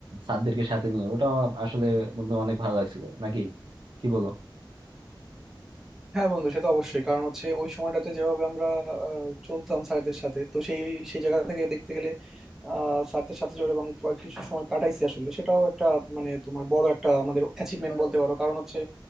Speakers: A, on the right; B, in the centre.
A: স্যারদেরকে সাথে নিয়ে ওটা আমার আসলে বন্ধু অনেক ভালো লাগছিল নাকি কি বলো
B: হ্যাঁ বন্ধু সে তো অবশ্যই কারণ হচ্ছে ওই সময়টাতে যেভাবে আমরা আহ, চলতাম স্যারদের সাথে তো সেই ওই- সেই জায়গা থেকে দেখতে গেলে আহ স্যারদের সাথে যে ওরকম কয়েক কিছু সময় কাটাইছি আসলে সেটাও একটা মানে তোমার বড় একটা আমাদের অ্যাচিভমেন্ট বলতে পারো কারণ হচ্ছে